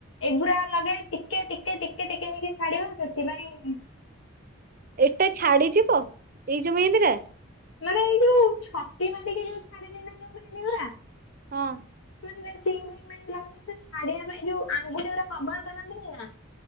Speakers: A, on the left; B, on the right.
A: ଏଗୁୁରା ଲଗେଇଲେ ଟିକେ ଟିକେ ଟିକେ ଟିକେ ହେଇକି ଛାଡିବ ସେଥିପାଇଁ।
B: ଏଟା ଛାଡିଯିବ ଏଇ ଯୋଉ ମେହେନ୍ଦି ଟା
A: ମାନେ ଏଇ ଯୋଉ ଛତି ମାରିକି ଯୋଉ ଛାଡେନି ନା ଯୋଉ ସେଇଗୁରା
B: ହଁ।
A: ମାନେ ସେ ସିମ୍ ଫିମ୍ ମିଳିଥିଲା ମାନେ ସେ ଛାଡ଼ିବାପାଇଁ ଯୋଉ ଅଙ୍ଗୁଠିଗୁଡ଼ା କଭର କରନ୍ତିନି ନା।